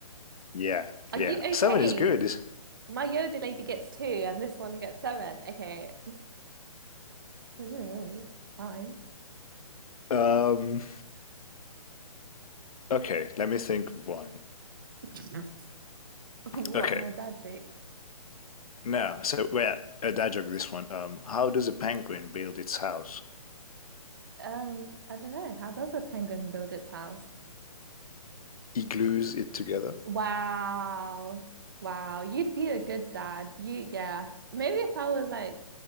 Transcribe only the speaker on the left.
Yeah,
yeah.
Seven is good.
Um, Okay, let me think of one.
Okay,
now, so where a dad joke this one. Um, how does a penguin build its house?
He glues it together.